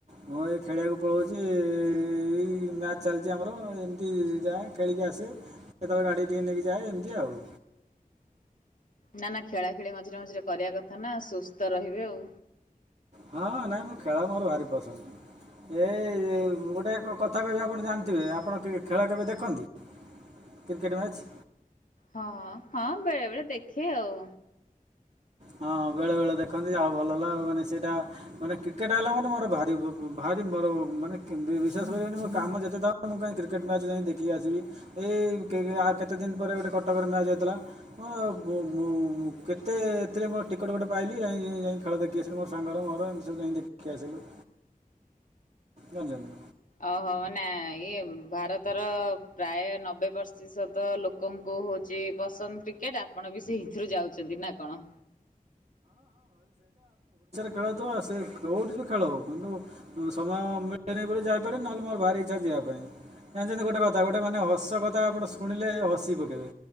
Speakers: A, on the right; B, on the left.
A: ମୁଁ ଏ ଖେଳିବାକୁ ପଳାଉଛି। ଇ ଇ ଇ ମ୍ୟାଚ ଚାଲିଛି ଆମର ଏମିତି ଯାଏ ଖେଳିକି ଆସେ କେତେବେଳେ ଗାଡି ଟିକେ ନେଇକି ଯାଏ ଏମତି ଆଉ।
B: ନା ନା ଖେଳା ଖେଳି ମଝିରେ ମଝିରେ କରିବା କଥା ନାଉ ସୁ ସ୍ଥ ରହିବେ ଆଉ।
A: ହଁ ନାଇଁ ମୁଁ ଖେଳ ମୋର ଭାରି ପସନ୍ଦ ଏଇ ଗୋଟେ କଥା କହିବି ଆପଣ ଜାଣିଥିବେ ଆପଣ ଖେଳ କେବେ ଦେଖନ୍ତି କ୍ରିକେଟ ମ୍ୟାଚ୍
B: ହଁ ହଁ ବେଳେ ବେଳେ ଦେଖେ ଆଉ।
A: ହଁ ବେଳେ ବେଳେ ଦେଖନ୍ତି ଆଉ ଭଲ ହେଲା ମାନେ ସେଇଟା ମାନେ କ୍ରିକେଟ ହେଲା ମାନେ ମୋର ଭାରି ଭାରି ମୋର ମାନେ ବିଶ୍ୱାସ କରିବନି ମୋ କାମ ଯେତେ ତା ମୁଁ କାହିଁ କ୍ରିକେଟ ମ୍ୟାଚ୍ ଯାଇ ଦେଖିକି ଆସିବି ଏଇ ଆ କେତେ ଦିନ ପରେ ଗୋଟେ କଟକରେ ମ୍ୟାଚ୍ ହେଇଥିଲା। ମୋର କେତେ ଏଥିରେ ମଁ ଟିକେଟ୍ ଗୋଟେ ପାଇଲି ଯାଇ ଯାଇ ଖେଳ ଦେଖି ଆସିଲି ମୋର ସାଙ୍ଗର ମୋର ଏମି ସବୁ ଯାଇ ଦେଖି ଆସିଲୁ ଦଜନୀ
B: ଓହୋ ମାନେ ଇଏ ଭାରତର ପ୍ରାୟ ନବେ ପ୍ରତିଶତ ଲୋକଙ୍କୁ ହଉଛି ପସନ୍ଦ କ୍ରିକେଟ ଆପଣ ବି ସେଇଥିରୁ ଯାଉଛନ୍ତି ନା କଣ?
A: ଖେଳଥ ଆ ସେ କୋଉଠି ତ ଖେଳ ହଉ କିନ୍ତୁ ସମୟ ଯାଇାରାରେ ନହେଲେ ମୋର ଭାରି ଇଚ୍ଛା ଯିବା ପାଇଁ ଜାଣିଛନ୍ତି ଗୋଟେ କଥା ଗୋ ମାନେ ହସ କଥା ଆପଣ ଶୁଣି ଲେ ହସି ପକେଇବେ